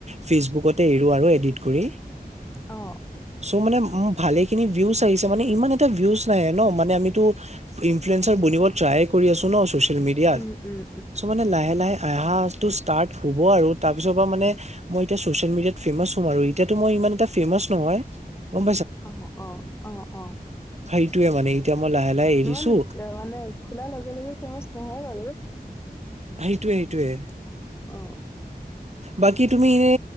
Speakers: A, on the right (about 45°); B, on the left (about 15°).
A: ফেচবুকতে এৰো আৰু এডিট কৰি।
B: অ
A: চ' মানে ভালে খিনি ভিউজ আহিছে মানে ইমান এটা ভিউজ নাহে ন। মানে আমিটো ইনফ্লুৱেঞ্জাৰ বনিব ট্ৰাই কৰি আছো ন ছ'চিয়েল মিডিয়াত
B: উম উম
A: চ' মানে লাহে লাহে <unintelligible> ষ্টাৰ্ট হ'ব আৰু তাৰপিছৰ পৰা মানে মই এতিয়া ছ'চিয়েল মিডিয়াত ফেমাচ হম আৰু এতিয়াতো মই ইমান এটা ফেমাচ নহয়। গম
B: অ অ অ অ।
A: সেইটোৱে মানে এতিয়া মই লাহে লাহে এৰিছো
B: ইমান এ মানে খোলা লগে লগে ফেমাচ নহয় বাৰু।
A: সেইটোৱে সেইটোৱে।
B: অহ।
A: বাকি তুমি এনে